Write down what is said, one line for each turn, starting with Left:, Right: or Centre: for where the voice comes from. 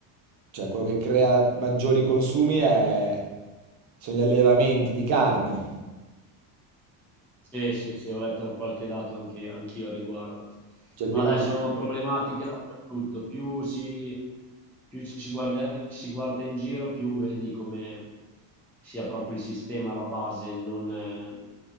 Right: Cioè, quello che crea maggiori consumi è- sono gli allevamenti di carne.
Centre: Sì, sì, sì, ho letto qualche dato anche, anch'io a riguardo.
Right: Cioè, quindi,
Centre: Ma dai, sono problematiche dappertutto. Più si, più ci si guarda, ci si guarda in giro, più vedi come sia proprio il sistema alla base non, eh,